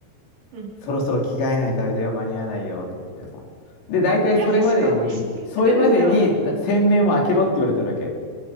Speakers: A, on the right (about 90°); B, on the left (about 80°).
A: うん。
B: そろそろ着替えないとあれだよ、間に合わないよ、とか言ってさ。で、大体それまでに、
A: いや、ちょっとおかしいって言うんですか
B: それまでにな洗面を開けろって言われてるわけ。